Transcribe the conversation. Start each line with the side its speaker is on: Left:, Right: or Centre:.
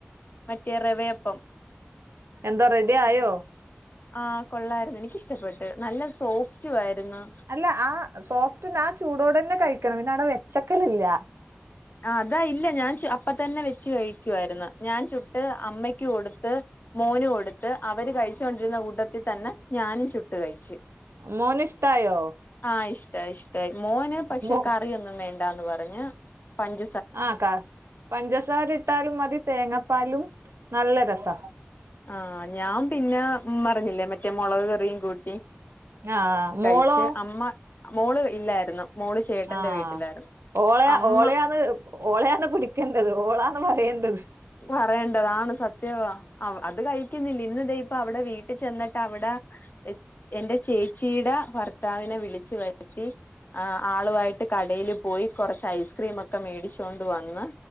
Left: മറ്റേ റവയപ്പം.
Right: എന്തോറെഡി ആയോ?
Left: ആ കൊള്ളായിരുന്നു എനിക്കിഷ്ടപ്പെട്ടു. നല്ല സോഫ്റ്റു ആയിരുന്നു.
Right: അല്ല ആ സോഫ്റ്റിന് ആ ചൂടോടെ തന്നെ കഴിക്കണം. പിന്നെ അവിടെ വെച്ചേക്കലില്ല.
Left: ആ അതാ ഇല്ല ഞാൻ അപ്പതന്നെ വെച്ച് കഴി ഴിക്കുവായിരുന്നു. ഞാൻ ചുട്ട് അമ്മക്ക് കൊടുത്ത് മോന് കൊടുത്ത് അവര് കഴി ച്ചോണ്ടിരുന്ന കൂട്ടത്തിൽ തന്നെ ഞാനും ചുട്ട്കഴിച്ചു.
Right: മോന് ഇഷ്ടായോ
Left: ആ ഇഷ്ടായി ഇഷ്ടായി മോന് പക്ഷെ
Right: മോ
Left: കറിയൊന്നും വേണ്ടാന്ന് പറഞ്ഞ് പഞ്ച
Right: ആ കാ പഞ്ചസാര ഇട്ടാലും മതി തേങ്ങാപ്പാലും നല്ല രസാ.
Left: ആഹ് ഞാൻ പിന്നെ പറഞ്ഞില്ലേ മറ്റേ മുളക് കറിയും കൂട്ടി
Right: ആഹ് മോളോ
Left: കഴിച്ച് അമ്മ മോള് ഇല്ലായിരുന്നു. മോള് ചേട്ടന്റെ
Right: ആ
Left: വീട്ടിലായിരുന്നു
Right: ഓളെ
Left: അമ്മ
Right: ഓളെയാണ് ഓളെയാണ് പിടിക്കേണ്ടത് ഓളാണ് പറയേണ്ടത്.
Left: പറയേണ്ടത് ആണ് സത്യവാ. അത് കഴിക്കുന്നില്ല ഇന്ന് ദേ ഇപ്പ അവിടെ വീട്ടിൽ ചെന്നിട്ട് അവിടെ എന്റെ ചേച്ചിടെ ഭർ ഭർത്താവിനെ വിളിച്ചു വരുത്തി ആളുമായിട്ട് കടയില് പോയി കുറച്ച് ഐസ്ക്രീമൊക്കെ മേടിച്ചൊണ്ട് വന്ന്